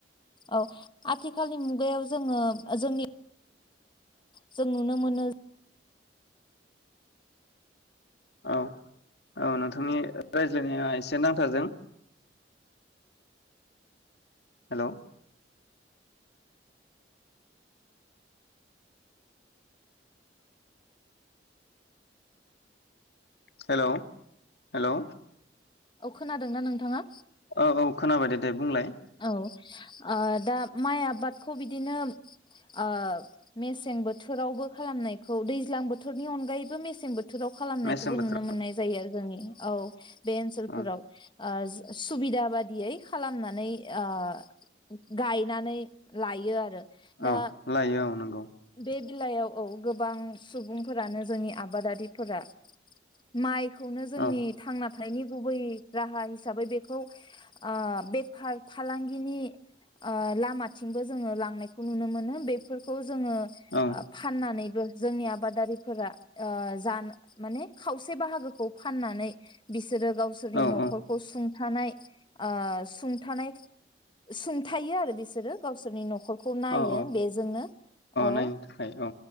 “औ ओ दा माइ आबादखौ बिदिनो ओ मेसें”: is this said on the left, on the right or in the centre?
Left